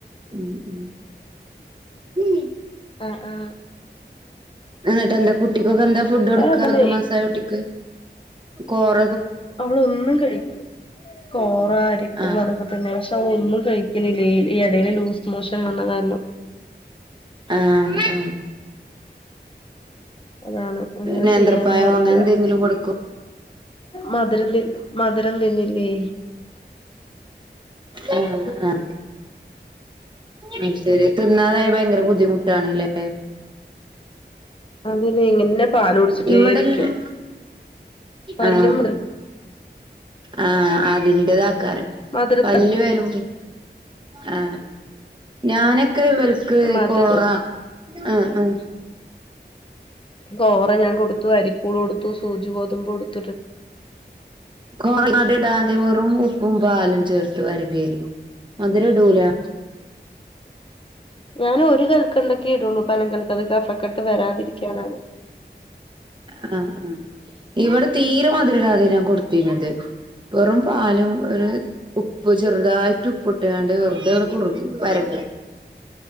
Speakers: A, on the right (about 25°); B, on the left (about 30°).
A: ഉം ഉം ഉം
B: ആ ആ
A: ആ ന്നെട്ടെന്താ കുട്ടിക്കൊക്കെ എന്താ ഫുഡ് കൊട്ക്ക,
B: അതന്നെ
A: പത്ത്‌ മാസായ കുട്ടിക്ക്. കോറ
B: അവൾ ഒന്നും കഴിക്ക്‌ കോറ, അരിപ്പൂവ്
A: ആഹ്
B: അതൊക്കെ തന്നെ, പക്ഷെ ഒന്നും കഴിക്കുന്നില്ലേ ഈ ഇടെൽ ലൂസ് മോഷൻ വന്നകാര ലു
A: ആ ആ
B: അതാണ്. എന്താ
A: നേന്ത്രപ്പായോ
B: ചെയ്യാന്നേ അറിയില്ല.
A: അങ്ങനെ എന്തെങ്കിലും കൊടുക്കോ
B: മധുരം തി മധുരം തിന്നില്ലേ?
A: ആ ആ അയ് ശരി, തിന്നാതായ ഭയങ്കര ബുദ്ധിമുട്ടാണ്ലേ.
B: അതിന് ഇങ്ങനെ പാല് കുടിച്ചിട്ടേ
A: ഇവിടെന്ന്
B: ഇരിക്കും പല്ലും
A: ആ ആ അതിൻ്റെതാക്കാരം,
B: മധുരത്ത
A: പല്ല് വരുമ്പോ ആ ഞാന് ക്ക്‌ വൽക്ക്
B: മധുര
A: കോറ, ആ ഉം
B: കോറെ ഞാൻ കൊട്ത്തു, അരിക്കൂൾ കൊട്ത്തു, സൂജി ഗോതമ്പ് കൊട്ത്തു.
A: കോറൽതിടാതെ വെറും ഉപ്പും പാലും ചേർത്ത് വരക് തീർന്നു. മധുരെടൂലാ
B: ഞാനൊരു കൽക്കെണ്ടക്കെടുള്ളൂ. പനം കൽക്ക ത് കഫക്കെട്ട് വരാതിരിക്കാനാണ്.
A: ആ ആ ഇവിടെ തീരെ മത് രടാതെ ഞാങ്കൊട്ത്തീനത്. വെറും പാലും ഒര് ഉപ്പ് ചെറുതായിട്ട് ഉപ്പ്ട്ട്കാണ്ട് വെറുതെ കുറുക് വരക